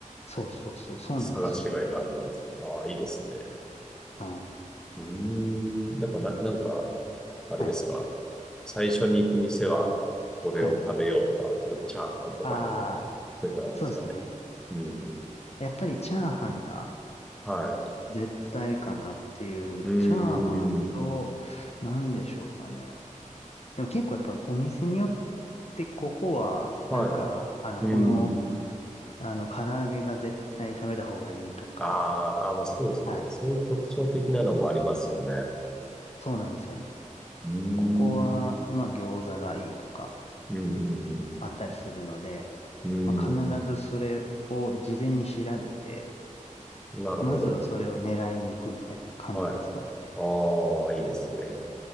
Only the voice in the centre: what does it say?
探しがいがある感じですか。ああ、いいですね。
うーん、やっぱな、なんか、あれですか。
最初に行く店は、これを食べようとか、
例えばチャーハンとかなんか、
そういうのあるんですかね。
うん。
はい。
うーん。
はい。
うん。
ああ、まあそうですよね。
そういう特徴的なのもありますよね。
うーん。
うん、
うん、
うん。
うん。なるほど。
はい。ああ、いいですね。